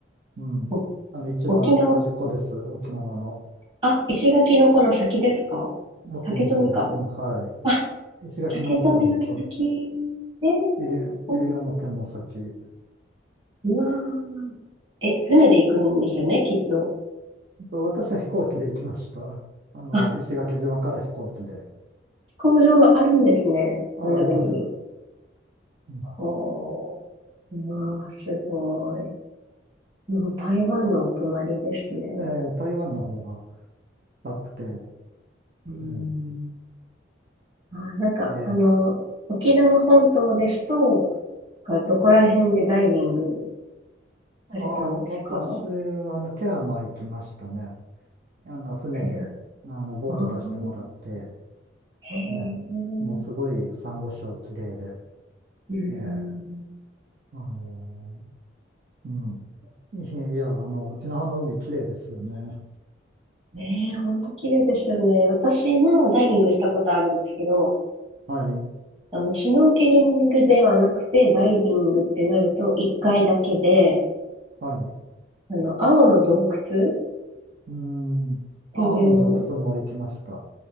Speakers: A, on the right (about 55°); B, on the right (about 25°).
A: うん。
B: お
A: あの、一番端っこです。
B: 沖縄、
A: 沖縄の。
B: あ、石垣のこの先ですか
A: もっと向こうですね。
B: 竹富か。
A: は
B: あ、
A: い。石垣のもっと向こう
B: 竹富の先。えー、
A: で。西西表も先。
B: うんうわー。え、船で行くんですよね、きっと。
A: と私は飛行機で行きました。あの、
B: あ、
A: 石垣島から飛行機で。
B: 工場があるんですね、
A: あ、
B: 与那国に。
A: あります。うん。
B: ほー。うわー、すごい。もう台湾のお隣ですね。
A: え台湾の方が高くて。う
B: うん。
A: ん
B: あ、なんか、
A: えー
B: あの、沖縄本島ですと、がどこら辺でダイビング
A: あー、
B: されたんですか
A: 私は、あの、ケラマ行きましたね。あの、船で、
B: テラ、
A: あの、ボート出してもらって、
B: ああ、へえ、
A: ええ、もうすごい珊瑚礁綺麗で、
B: うん。
A: ええ、あのーうん。いや、いやあの、沖縄の海綺麗ですよね。
B: ねえ、ほんと綺麗ですよね。私もダイビングしたことあるんですけど、
A: はい、
B: あの、シュノーケリングではなくて、ダイビングってなると、一回だけで、
A: はい。
B: あの、青の洞窟っ
A: うん。
B: ていう、
A: あ、青の洞窟も行きました。